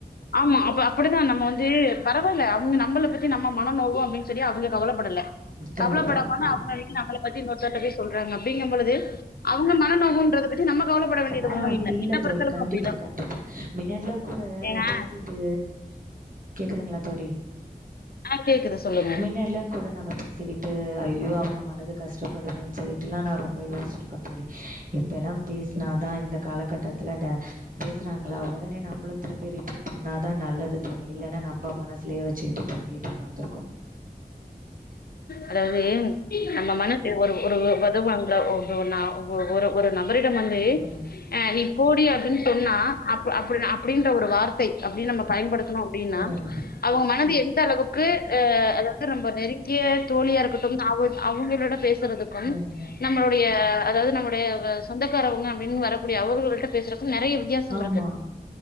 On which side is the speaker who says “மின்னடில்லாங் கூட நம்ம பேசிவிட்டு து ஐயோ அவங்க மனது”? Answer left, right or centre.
Right